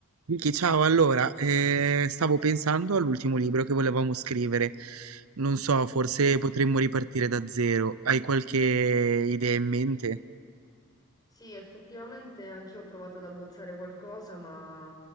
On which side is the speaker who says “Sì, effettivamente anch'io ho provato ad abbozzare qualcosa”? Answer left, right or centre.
Left